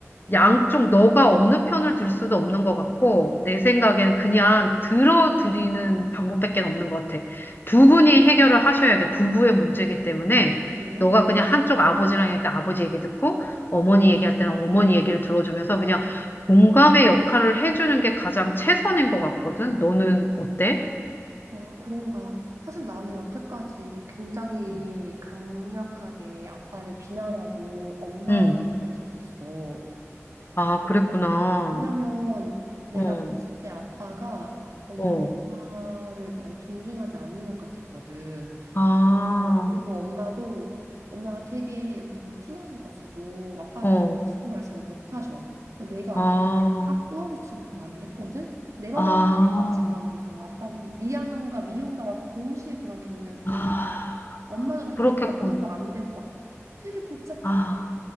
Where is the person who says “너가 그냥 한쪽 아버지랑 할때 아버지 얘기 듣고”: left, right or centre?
Left